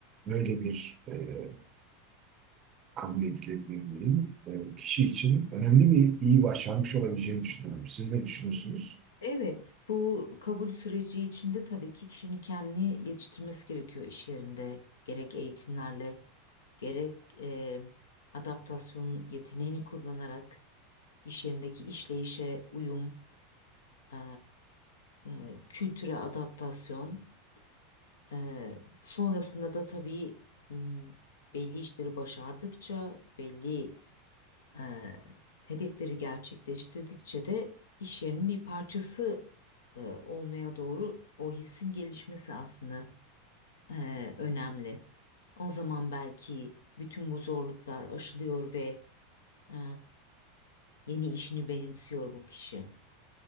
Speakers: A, on the right (about 35°); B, on the left (about 70°).
A: böyle bir e, kabul edilebilirliğin e, kişi için önemli bir iyi başarmış olabileceğini düşünüyorum. Siz ne düşünüyorsunuz?
B: Evet, bu kabul süreci içinde tabii ki kişinin kendini yetiştirmesi gerekiyor iş yerinde. Gerek eğitimlerle, gerek e, adaptasyon yeteneğini kullanarak iş yerindeki işleyişe uyum, e, e, kültüre adaptasyon. Ee, sonrasında da tabii m, belli işleri başardıkça, belli e, hedefleri gerçekleştirdikçe de iş yerinin bir parçası e, olmaya doğru o hissin gelişmesi aslında e, önemli. O zaman belki bütün bu zorluklar aşılıyor ve e, yeni işini benimsiyor bu kişi.